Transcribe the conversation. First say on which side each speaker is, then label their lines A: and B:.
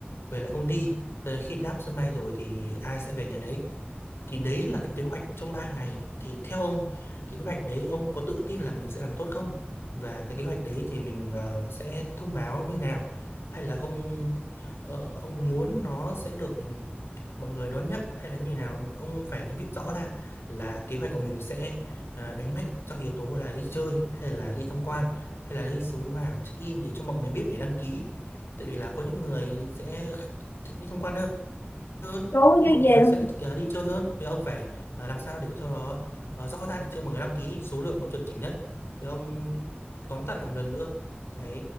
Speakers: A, on the left; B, on the left.
A: về lại công ty. Rồi khi đáp sân bay rồi thì ai sẽ về nhà nấy. Thì đấy là cái kế hoạch trong 3 ngày. Thì theo ông, cái kế hoạch đấy ông có tự tin là mình sẽ làm tốt không? Và cái kế hoạch đấy thì mình ờ, sẽ thông báo như nào? Hay là ông ờ, ông muốn nó sẽ được mọi người đón nhận hay là như nào ông phải viết rõ ra là kế hoạch của mình sẽ à, đánh mạnh trong yếu tố là đi chơi hay là đi tham quan hay là đi sống ảo check in để cho mọi người biết để đăng ký tại vì là có những người sẽ thích đi tham quan hơn hơn,
B: trốn
A: nhưng
B: chứ
A: có người
B: về
A: sẽ
B: luôn
A: lại thích à, đi chơi hơn bây giờ ông phải à, làm sao để cho nó à, rõ ra để cho mọi người đăng ký số lượng nó chuẩn chỉnh nhất bây giờ ông tóm tắt lại một lần nữa cái